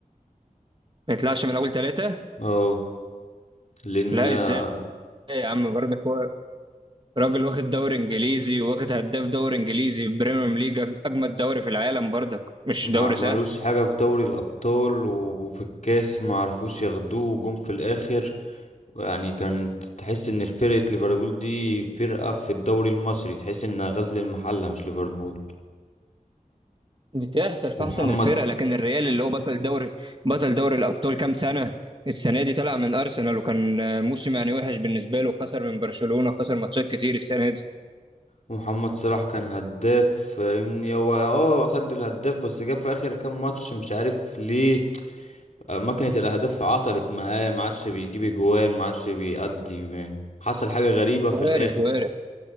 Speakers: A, on the right (about 35°); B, on the left (about 60°).
A: ما يطلعش من اول ثلاثه
B: اه لان
A: لا
B: آه،
A: ازاي يا عم برضك هو راجل واخد دوري انجليزي واخد هداف دوري انجليزي بريمير ليج اجمد دوري في العالم برضك مش
B: ما
A: دوري
B: عملوش
A: سهل
B: حاجة في دوري الابطال و- وفي الكاس ما عرفوش ياخدوه وجم في الاخر يعني كانت تحس ان فرقة ليفربول دي فرقة في الدوري المصري تحس انها غزل المحلة مش ليفربول
A: بتحصل في
B: ومحمد
A: احسن الفرق لكن الريال اللي هو بطل دوري بطل دوري الابطال كام سنه السنه دي طلع من ارسنال وكان آه، موسم يعني وحش بالنسبه له خسر من برشلونه خسر ماتشات كتير السنه دي
B: ومحمد صلاح كان هداف فاهمني هو اه خد الهداف بس جه في اخر كام ماتش مش عارف ليه آه، ماكينة الاهداف عطلت معاه ما عادش بيجيب اجوان ما عادش بيأدي ما- حصل حاجة غريبة في
A: وارد
B: الاخر
A: وارد